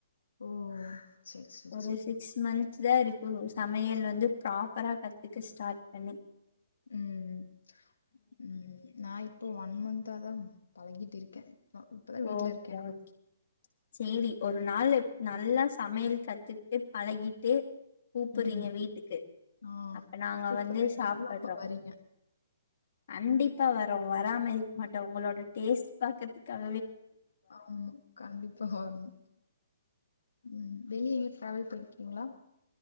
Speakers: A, on the left (about 90°); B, on the left (about 50°).
A: ஓ சரி சரி
B: ஒரு
A: சரி
B: சிக்ஸ் மந்த் தா இருக்கு சமையல் வந்து ப்ராப்பரா கத் துக்க ஸ்டார்ட் பண்ணி
A: ம், ம் நா இப்பே ஒன் மந்த்தாதா பழகிட்டு இருக்கே அ இப்பதா வீட்ல
B: ஓகே
A: இருக்கே நா
B: ஓகே சேரி ஒரு நாளு நல்லா சமையல் கத்து ட்டு பழகிட்டு கூப்புட்றீங்க
A: ம்
B: வீட்டுக்கு
A: ஆ
B: அப்ப நாங்க
A: கூப்புட்றே
B: வந்து சாப்பட்றோ,
A: நீங்களு அப்ப வரீங்க
B: கண்டிப்பா
A: ம்
B: வரோ வராம இருக்க
A: ஆமா
B: மாட்டோ உங்களோட டேஸ்ட் பாக்கற்த்துக்காக
A: ஆமா கண்டிப்பா வர்ணு உம் வெளிய எங்யு ட்ராவல் போய்ர்க்கீங்ளா